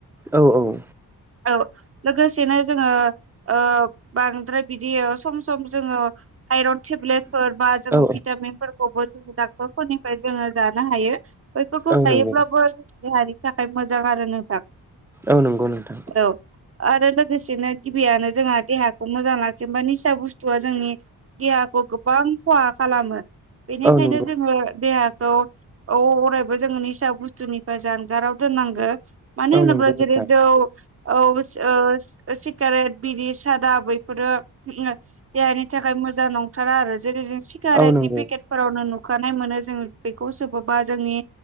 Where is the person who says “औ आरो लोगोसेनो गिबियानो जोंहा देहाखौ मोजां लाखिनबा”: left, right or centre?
Right